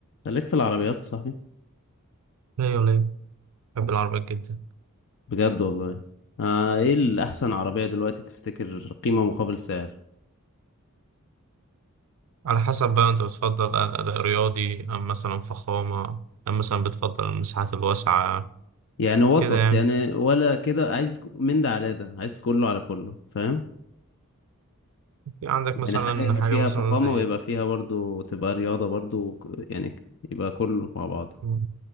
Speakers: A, on the left (about 55°); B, on the right (about 70°).
A: خليك في العربيات يا صاحبي
B: لا ولا بحب العربيات جدا
A: بجد والله آه ايه الأحسن عربية دلوقتي تفتكر قيمة مقابل سعر
B: على حسب بقى انت بتفضل اداء رياضي ام مثلا فخامه ام مثلا بتفضل المساحات الواسعه
A: يعني وسط
B: كده يعني
A: يعني ولا كده عايز من ده على ده عايز كله على كله فاهم
B: في عندك
A: يعني
B: مثلا
A: حاجة يبقى
B: حاجه
A: فيها
B: مثلا
A: فخامة
B: زي
A: ويبقى فيها برضو تبقى رياضة برضو وك- يعني ك- يبقى كله مع بعض
B: مم.